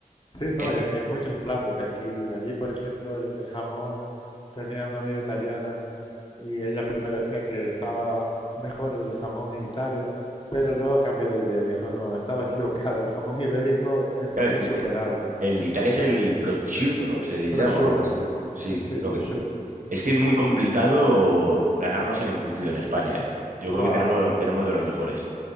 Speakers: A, on the left; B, on the right.
A: Sí, no,
B: Es-
A: y, y en muchos platos de aquí. Allí, por ejemplo, el, el jamón tenía una amiga italiana y ella primero decía que estaba mejor el jamón en Italia, pero luego cambió de idea. Dijo, no, estaba <laughs> equivocada, el jamón ibérico es
B: claro,
A: insuperable.
B: el, el de Italia es el prosciutto, ¿no? Se
A: Prosciutto,
B: llama o algo así.
A: sí.
B: Sí,
A: Sí,
B: lo
A: prosciutto.
B: que es que es muy complicado ganarnos en embutido en España, ¿eh? Yo
A: Guau.
B: creo que tenemos, tenemos de los mejores.